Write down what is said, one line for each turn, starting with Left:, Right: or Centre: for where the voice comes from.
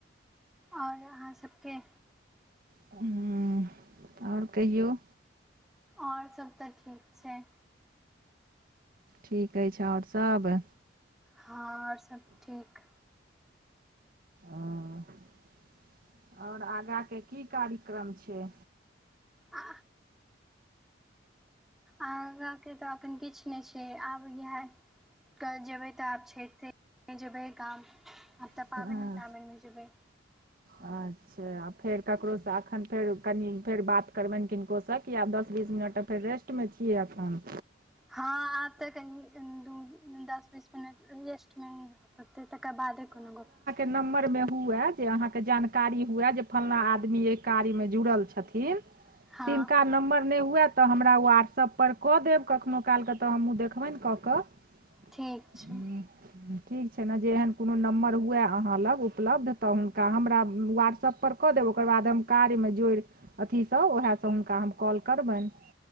Centre: आओर अहाँ सबके
Right: हुं आओर कहियौ?
Centre: आओर सब त ठीक छै।
Right: ठीक अछि आओर सब?
Centre: हं आओर सब ठीक।
Right: ओ <inaudible> आओर आगां के की कार्यक्रम छै?
Centre: आ आगां के त अखन किछ नै छै। जे आब इहा <inaudible> क जेबै त आब छैठे <inaudible> मे जेबै गाम। आब त
Right: छै
Centre: पाबनि ताबनिमे जेबै।
Right: अच्छा फेर ककरो सं अखन फेर कनी फेर बात करबनि किनको सं की आब दस बीस मिनट फेर रेस्टमे छी अखन
Centre: हँ आब त कनी दू दस बीस मिनट रेस्टमे ही रहब। होतै तकर बादे कोनो गप छ।
Right: नम्बर में हुए जे अहाँके जानकारी हुए जे फलां आदमी अइ कार्यमे जुरल छथिन।
Centre: हँ
Right: तिनका नंबर नै हुए त हमरा व्हाट्सअप पर क देब कखनो कालक त हमहुं देखबनि क क। <unintelligible>
Centre: ठीक छै
Right: ठीक। छै न जे एहन कुनो नम्बर हुए अहाँ लग उपलब्ध त हुनका हमरा व्हाट्सअप पर कऽ देब ओकर बाद हम कार्यमे जोड़ि अथीसँ उएहसँ हुनका हम कॉल करबनि।